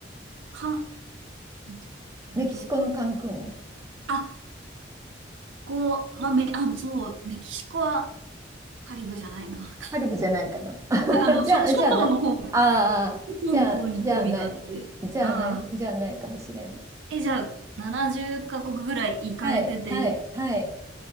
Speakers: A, on the right (about 75°); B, on the right (about 15°).
A: か、待って、えっと、
B: メキシコのカンクン
A: あ、こう、まあ、め、あ、そう、メキシコはカリブじゃないな。
B: カリブじゃないかな
A: <laughs>
B: <laughs>
A: あの、
B: じゃあ、
A: 諸、諸島の方、
B: じゃあな、ああ、
A: 諸島の方に興味があって。
B: じゃあ、じゃあない、じゃあない、
A: ああ。
B: じゃあないかもしれない。
A: え、じゃあ、70カ国ぐらい行かれてて、
B: はい、はい、はい。